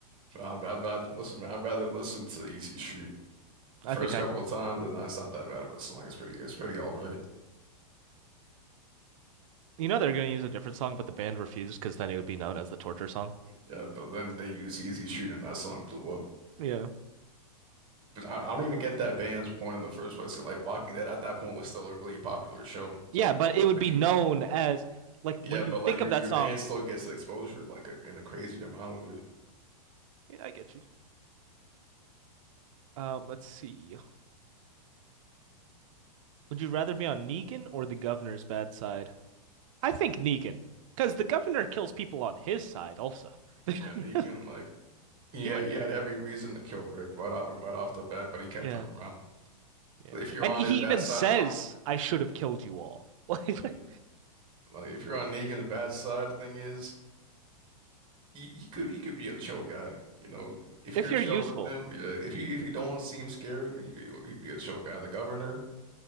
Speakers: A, on the right; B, on the right.
A: but I'd, I'd rather listen, man. I'd rather listen to Easy Street.
B: I
A: First
B: think I.
A: couple of times, and it's not that bad of a song. It's pretty, it's pretty all right.
B: You know they're going to use a different song, but the band refused because then it would be known as the torture song.
A: Yeah, but then they used Easy Street, and that song blew up.
B: Yeah.
A: 'Cause I, I don't even get that band's point in the first place. 'cause, Like Walking Dead at that point was still a really popular show. It's
B: Yeah,
A: like
B: but it would
A: what
B: be
A: you,
B: known as like when
A: yeah,
B: you
A: but like
B: think
A: your
B: of that
A: your
B: song.
A: band still gets the exposure, like a, in a crazy amount of it.
B: Yeah, I get you. Um, let's see. Would you rather be on Negan or the governor's bad side? I think Negan, because the governor kills people on his side also. <laughs>
A: Yeah, Negan, like yeah,
B: He might,
A: he had every reason to kill Rick right off right off the bat, but he kept
B: yeah,
A: him around.
B: Yeah.
A: If you're
B: and
A: on
B: he
A: his bad
B: even
A: side
B: says,
A: of the line,
B: "I should have killed you all." <laughs> Like,
A: yeah.
B: like,
A: Like if you're on Negan's bad side, the thing is, he, he could he could be a chill guy, you know. If
B: if
A: you're
B: you're
A: chill
B: useful,
A: with him, yeah. If you if you don't seem scared, he, he'd be a chill guy. The governor.